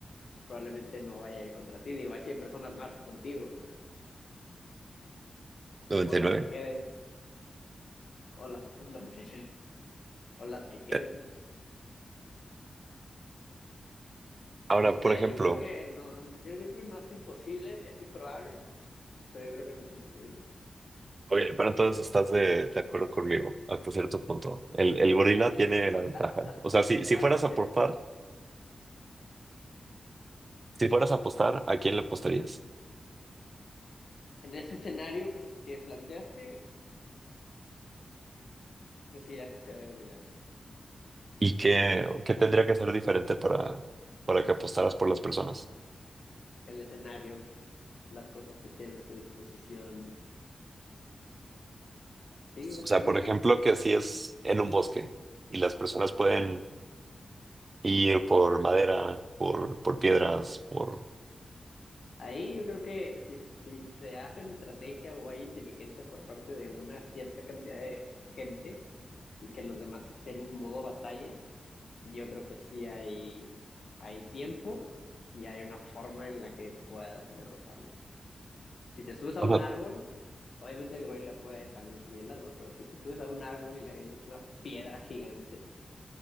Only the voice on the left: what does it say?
probablemente no vaya a ir contra ti. Digo, hay 100 personas más contigo,
o las que queden, o las <laughs> o las que queden.
No sé,
yo creo que no, yo creo que no es imposible, es improbable, pero yo creo que no es imposible.
A- hasta,
hasta
cierto
punto.
En ese escenario que, que planteaste, pues sí, la postura de gorila.
El escenario, las cosas que tienen a su disposición. Sí, básicamente
eso.
Ahí yo creo que si, si se hace una estrategia o hay inteligencia por parte de una cierta cantidad de gente y que los demás estén en modo batalla, Yo creo que sí hay, hay tiempo y hay una forma en la que puedas derrotarlo. Si te subes a
un
árbol, obviamente el gorila puede también subir el árbol, pero si te subes a un árbol y le avientas una piedra gigante